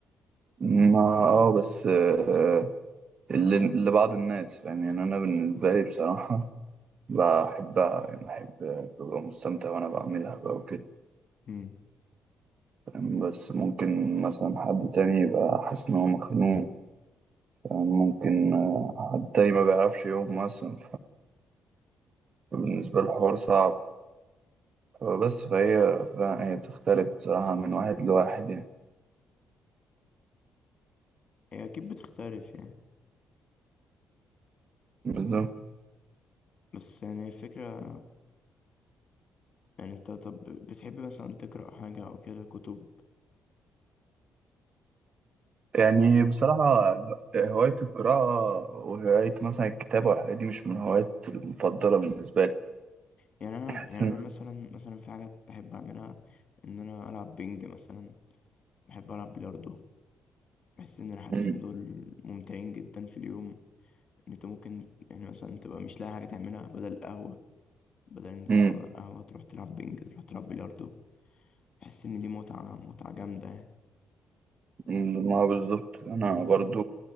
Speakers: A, on the right (about 45°); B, on the left (about 45°).
A: ما اه بس آه، اللي لبعض الناس فاهم يعني انا بالنسبه لي بصراحه بحبها يعني بحب ببقى مستمتع وأنا بعملها بقى وكده
B: امم
A: فاهم؟ بس ممكن مثلا حد تاني يبقى حاسس إن هو مخنوق فاهم؟ ممكن حد تاني ما بيعرفش يقوم مثلا فبالنسبة له الحوار صعب فبس فهي فهي بتختلف بصراحة من واحد لواحد يعني
B: هي اكيد بتختلف يعني
A: بالظبط
B: بس يعني الفكرة يعني انت طب بتحب مثلا تقرأ حاجة او كده كتب
A: يعني بصراحة هواية القراءة وهواية مثلا الكتابة والحاجات دي مش من الهوايات المفضلة بالنسبة لي
B: يعني انا
A: <laughs> بحس
B: يعني
A: إن
B: انا مثلا مثلا في حاجات بحب اعملها ان انا العب بينج مثلا بحب العب بلياردو بحس ان الحاجتين
A: مم.
B: دول ممتعين جدا في اليوم ان انت ممكن يعني مثلا تبقى مش لاقي حاجه تعملها بدل القهوه بدل ان انت
A: مم.
B: تقعد على القهوه تروح تلعب بينج تروح تلعب بلياردو بحس ان دي متعه متعه جامده
A: مم. ما هو بالظبط أنا
B: يعني
A: برضو